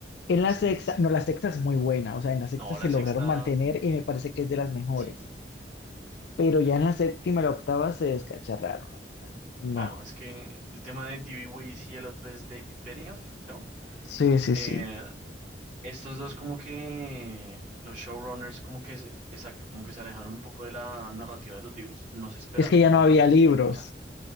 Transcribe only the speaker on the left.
En la
sexta,
no, la sexta es muy buena, o sea, en la sexta
se
lograron
mantener y me parece que es de las mejores,
pero ya en la séptima y la octava se descacharraron. No,
sí, sí,
sí.
Es que ya
no había
libros.